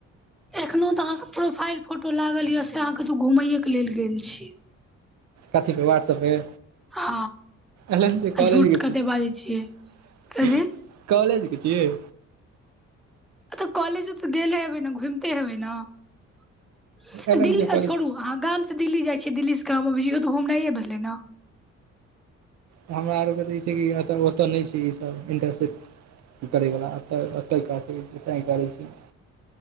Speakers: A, in the centre; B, on the right.
A: एखनो तऽ अहाँके प्रोफाइल फोटो लागल या से अहाँ कतौ घूमये के लेल गेल छी।
B: कथी पे व्हाट्सअप पे।
A: हँ
B: एल-एन-जे
A: आ
B: कॉलेज
A: झूठ
B: गेल
A: कते
B: छैय।
A: बाजै छियै कथी
B: कॉलेज के छियै।
A: तऽ कॉलेजो तऽ गेले हेबै न घुइमते हेबै न
B: एल
A: दिल्ली
B: एम
A: आ
B: जे कॉलेज
A: छोड़ू। अहाँ गाम स दिल्ली जाइ छियै दिल्ली स गाम अबै छियै इहो तऽ घुमनाइे भेलै न।
B: हमरा आरके तऽ ई छैय कितऽ ओतऽ नहि छैय ई सब इन्टरशिप करैवला एतऽ, एतऽ कऽ सकै छी तैं करै छी।